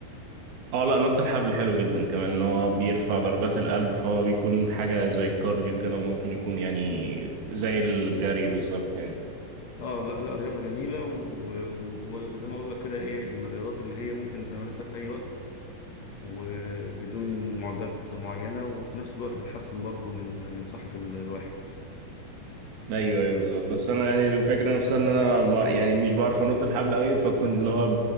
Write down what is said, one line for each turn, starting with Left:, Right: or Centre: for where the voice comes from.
Right: اه لا نط الحبل حلو جدا كمان ان هو بيرفع درجات القلب فهو بيكون حاجة زي الكارديو كده وممكن يكون يعني زي الجري بالظبط يعني
Left: اه لا لا رياضة جميلة و- و- وزي ما اقول لك كده ايه من الرياضات اللي هي ممكن تمارسها في اي وقت وبدون معدات معينة وفي نفس الوقت بتحسن برضو من من صحة ال- الواحد
Right: ايوه ايوه بالظبط بس انا يعني الفكره نفسها ان انا ما يعني مش بعرف انط الحبل قوي فكنت اللي هو